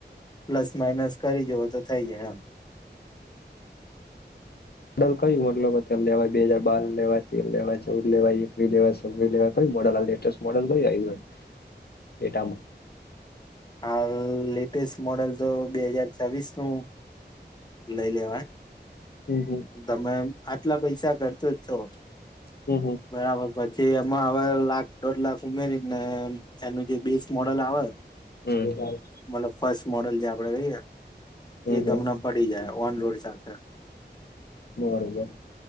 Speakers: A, on the left; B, on the left.
A: પ્લસ માઇનસ કરી જોવઓ તો થઈ જાય આમ
B: બહુ ક્યું મોડલ લેવાય બે હજાર બાર લેવાય, તેર લેવાય, ચૌદ લેવાય, એકવી લેવાય, છવી લેવાઈ ક્યું મોડલ આવે લેટેસ્ટ? મોડલ કયું આયુ હોય
A: <inaudible>
B: ક્રિયેટામાંં
A: હાલ લેટેસ્ટ મોડેલ તો બે હાજાર છવીસ નું લઈ લેવાય.
B: હમ હમ
A: તમે આટલા પૈસા ખર્ચો જ છો
B: હમ્મ-હમ્મ.
A: બરાબર પછી એમાં હવે લાખ દોઢ લાખ ઉમેરીને એનું જે બેસ્ટ મોડલ આવેને
B: હમ <unintelligible>
A: મતલબ ફસ્ટ મોડલ જે આપડે લઈએ ના
B: હમ
A: એ
B: હમ
A: તમને પડી જાય ઓન રોડ સાથે
B: બરોબર